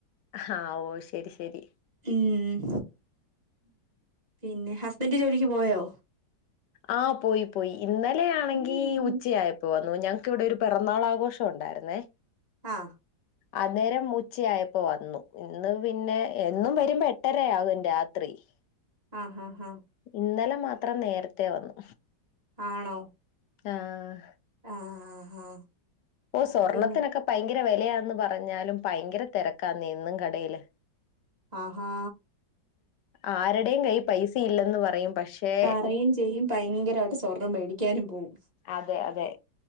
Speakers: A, on the left (about 70°); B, on the right (about 25°).
A: ആഹ് ഓ ശരി ശരി.
B: ഉം പിന്നെ ഹസ്ബൻഡ് ജോലിക്ക് പോയോ?
A: ആഹ് പോയി പോയി. ഇന്നലെയാണെങ്കി
B: ഉം
A: ഉച്ചയായപ്പോ വന്നു. ഞ ഇവിടെ ഒരു പിറന്നാൾ ആഘോഷം ഉണ്ടായിരുന്നേ.
B: ആഹ്
A: അന്നേരം ഉച്ചയായപ്പോ വന്നു. ഇന്ന് പിന്നെ എന്നും വരുമ്പോ എട്ടരയാകും രാത്രി. <inaudible>
B: ആഹ് ഹ ഹഹ്
A: ഇന്നലെ മാത്രം നേരത്തെ വന്നു.
B: ആണോ
A: ആഹ്
B: ആഹ് ആഹ് ആഹ്
A: ഓ സ്വർണ്ണത്തിനൊക്കെ
B: പിന്നെ
A: ഭയങ്കര വിലയാന്ന് പറഞ്ഞാലും ഭയങ്കര തിരക്കാനെ എന്നും കടയില്.
B: ആഹ് ഹാ
A: ആരടെയും കയ്യ് പൈസ ഇല്ലെന്ന് പറയും പക്ഷേ
B: പറയും ചെയ്യും ഭയങ്കരമായിട്ട് സ്വർണം മേടിക്കാനും പോവും
A: അതെ അതെ